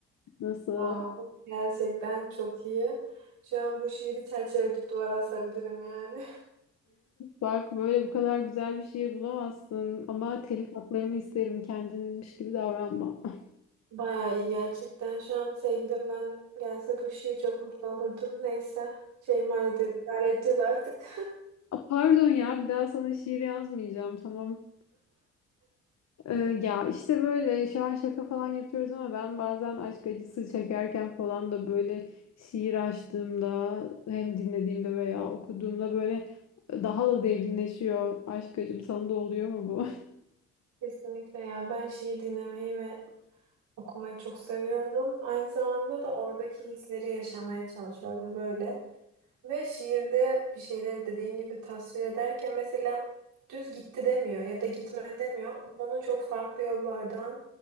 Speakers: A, on the left; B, on the right.
A: Nasıl?
B: Wow, gerçekten çok iyi. Şu an bu şiiri çerçeveletip duvara asabilirim yani.
A: Bak böyle bu kadar güzel bir şiir bulamazsın ama telif haklarımı isterim kendinmiş gibi davranma. <laughs>
B: <laughs> Bayağı iyi gerçekten. Şu an sevgilimden gelse bu şiir çok mutlu olurdum. Neyse. Şeyma ile de idare edeceğiz artık.
A: Aa, Pardon ya bir daha sana şiir yazmayacağım tamam. Ee, ya işte böyle şu an şaka falan yapıyoruz ama ben bazen aşk acısı çekerken falan da böyle şiir açtığımda hem dinlediğimde veya okuduğumda böyle daha da derinleşiyor aşk acım sana da oluyor mu bu? <laughs>
B: <laughs> Kesinlikle ya. Ben şiir dinlemeyi ve okumayı çok seviyorum. Aynı zamanda da oradaki hisleri yaşamaya çalışıyorum böyle. Ve şiirde bir şeyleri dediğin gibi tasvir ederken mesela düz gitti demiyor ya da gitme demiyor. Bunu çok farklı yollardan